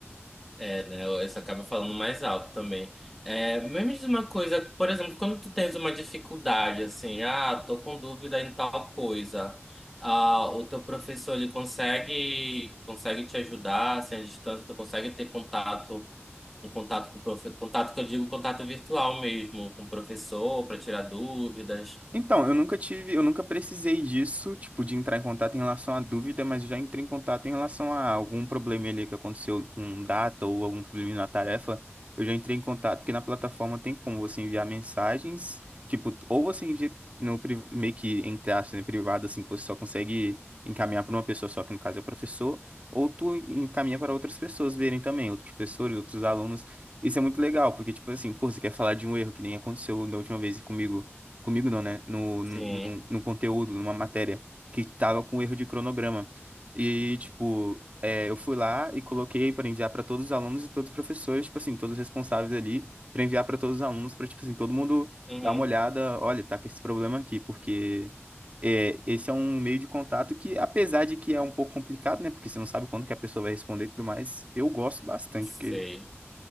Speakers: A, in the centre; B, on the right.
A: É, né? Isso acaba falando mais alto também. É, mas me diz uma coisa, por exemplo, quando tu tens uma dificuldade, assim, ah, tô com dúvida em tal coisa, ah, o teu professor, ele consegue, consegue te ajudar, assim, à distância, tu consegue ter contato, um contato com o profe, contato que eu digo, contato virtual mesmo, com o professor, para tirar dúvidas,
B: Então, eu nunca tive, eu nunca precisei disso, tipo, de entrar em contato em relação à dúvida, mas eu já entrei em contato em relação a algum problema ali que aconteceu com data ou algum problema na tarefa. Eu já entrei em contato, porque na plataforma tem como você enviar mensagens, tipo, ou você envia no pri- meio que entre aspas, né, privado, assim, que você só consegue encaminhar para uma pessoa só, que no caso é o professor, ou tu encaminha para outras pessoas verem também, outros professores, outros alunos. Isso é muito legal, porque, tipo assim, pô, você quer falar de um erro que nem aconteceu da última vez comigo comigo não, né? No, no,
A: sim,
B: no conteúdo, numa matéria, que tava com erro de cronograma. E, tipo, é, eu fui lá e coloquei para enviar para todos os alunos e todos os professores, tipo assim, todos os responsáveis ali, para enviar para todos os alunos, para, tipo assim, todo mundo
A: uhum,
B: dar uma olhada, olha, tá com esse problema aqui, porque é, esse é um meio de contato que, apesar de que é um pouco complicado, né? Porque você não sabe quando que a pessoa vai responder e tudo mais, eu gosto bastante,
A: sei.
B: porque